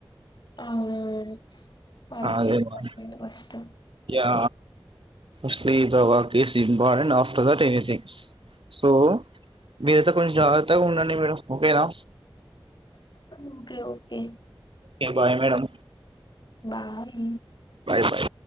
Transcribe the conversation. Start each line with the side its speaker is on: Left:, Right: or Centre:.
Left: అవునవును వర్క్
Right: అదే
Left: important
Right: మన
Left: first
Right: yeah firstly is work is important after that anything so మీరు అయితే కొన్ని జాగ్రత్త ఉండండి మేడం ఓకే నా
Left: okay okay
Right: okay bye madam
Left: bye
Right: bye bye